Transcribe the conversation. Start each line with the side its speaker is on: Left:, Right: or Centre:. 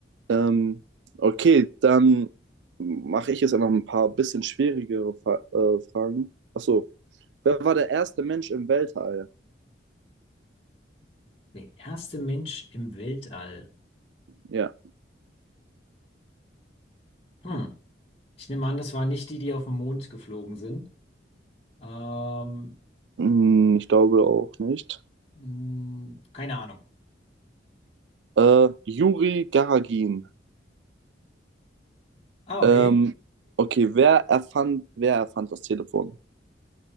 Right: Ähm, okay, dann mache ich jetzt einfach ein paar bisschen schwierigere Fa äh, Fragen. Achso, wer war der erste Mensch im Weltall?
Left: Der erste Mensch im Weltall.
Right: Ja,
Left: Hm. Ich nehme an, das waren nicht die, die auf den Mond geflogen sind. Ähm,
Right: hm, ich glaube auch nicht.
Left: mh, keine Ahnung.
Right: Äh, Juri Gagarin.
Left: Ah, okay.
Right: Ähm, okay, wer erfand, wer erfand das Telefon?